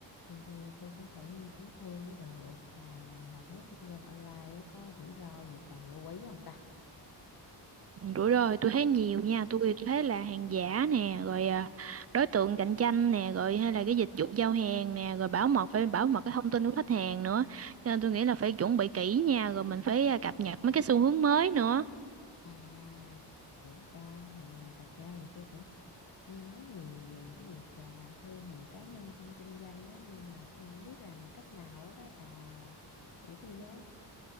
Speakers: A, on the left (about 55°); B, on the right (about 35°).
A: thì, thì tôi cũng phải nghiên cứu thêm mới được mà bà thấy kinh doanh online á, có rủi ro gì cần lưu ý không ta
B: Ừ, Rủi ro thì tôi thấy nhiều nha tôi tôi thấy là hàng giả nè rồi à, đối tượng cạnh tranh nè rồi hay là cái dịch vụ giao hàng nè rồi bảo mật phải bảo mật cái thông tin của khách hàng nữa cho nên tôi nghĩ là phải chuẩn bị kỹ nha rồi mình phải à, cập nhật mấy cái xu hướng mới nữa
A: à dữ ta Dạ thật ra thì tôi cũng nghe nói nhiều về cái việc à, làm thương hiệu cá nhân trong kinh doanh á nhưng mà tôi không biết làm cách nào hết đó bà chỉ tôi với